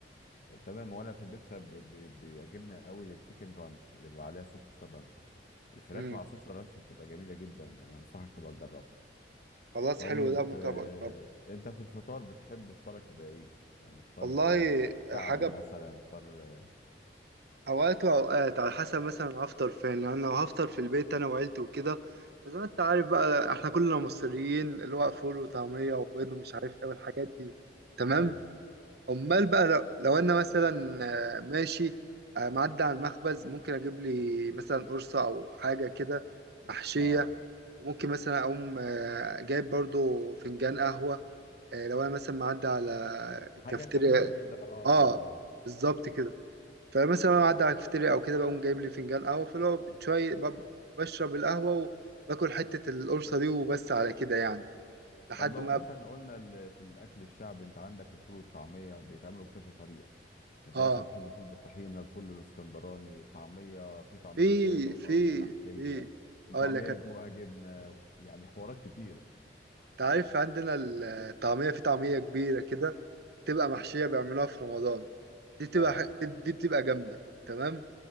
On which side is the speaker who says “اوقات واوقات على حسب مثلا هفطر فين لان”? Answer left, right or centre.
Right